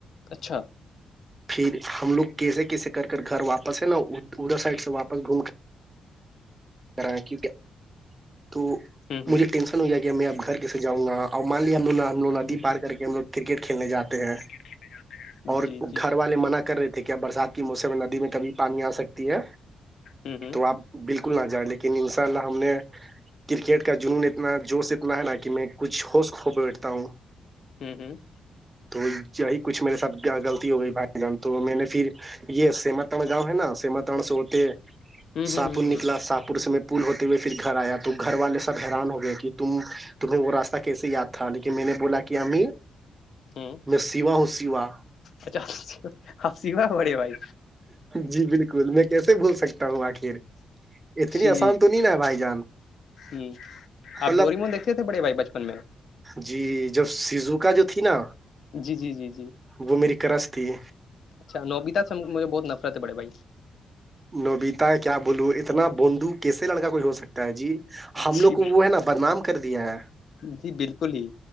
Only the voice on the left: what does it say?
اچھا
ہوں ہوں
ہوں
<unintelligible> ہوں
جی جی
ہوں ہوں
ہوں ہوں
ہوں ہوں
ہوں
ہوں
ہاں
اچھا آ آپ سیو پے بائی
جی
ہ آپ
ڈورمون دیکھتے تھے بڑے بھائی بچپن میں
جی جی جی جی
اچھا نوبیتا سے مجھے بہت نفرت پڑے بھائی
جی
جی بالکل ہی